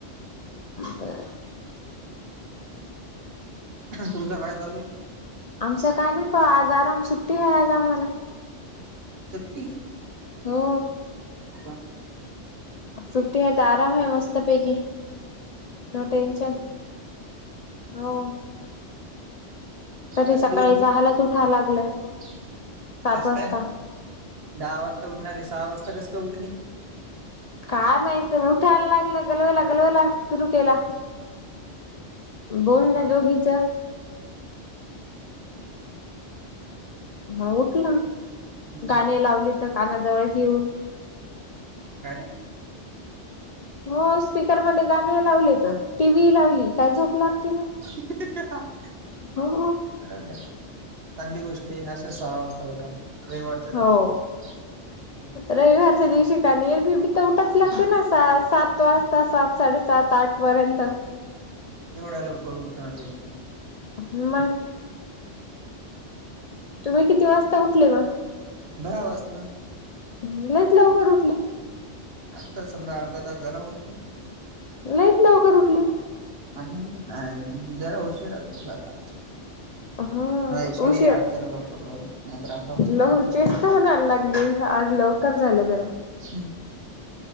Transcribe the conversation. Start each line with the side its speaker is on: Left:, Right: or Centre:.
Left: बर
Right: तुमचं काय चालू आहे
Left: आमचं काय नाही प आज आराम सुट्टी आहे आज आम्हाला
Right: श्टी
Left: हो
Right: हो
Left: ुट्टी है तर आराम है मस्तपैकी नो टेंशन हो
Right: काय
Left: तरी सकाळी
Right: दिवसभर
Left: सहालाच उठाव लागलं सात
Right: कस
Left: वाजता.
Right: काय दहा वाजता उठणारे सहा वाजता कस काय उठले
Left: काय माहित उठायला लागलं गलवाला गलवाला सुरु केला बोल
Right: हो का
Left: ना दोघीच ह उठलं
Right: हम्म
Left: गाणी लावली तर कानाजवळच येऊन
Right: कार
Left: हो स्पीकर मध्ये गाणे लावले तर टीव्ही लावली काय झोप लागते मग
Right: <inaudible> अ
Left: हो
Right: चांगली गोष्टी आहे अशाच सहा वाजता होठ. रविवारच्या दिवशीतीच्या
Left: हो.
Right: दिवशी.
Left: रविवारच्या दिवशी का निरी. ते उठाच
Right: हम्म.
Left: लागते ना स सात वाजता सात साडेसात आठ पर्यंत.
Right: एवढ्या लोक रुखणार ल.
Left: ह म. तुम्ही किती वाजता उठले म.
Right: भा वास ना.
Left: म्हलेच लवकर उठले.
Right: आत्ता समजा अर्धा तास झाला उठून.
Left: नाहीत लवकर उठली.
Right: आणि जरा उशीरा झालाज.
Left: हा
Right: नाही सॉरी
Left: उशीर
Right: आज जरा लवकर झालं नाहीत अकरा वाजता
Left: लव
Right: उडत असत.
Left: तेच म्हणायला लागली आज लवकर झालं जरा
Right: हम्.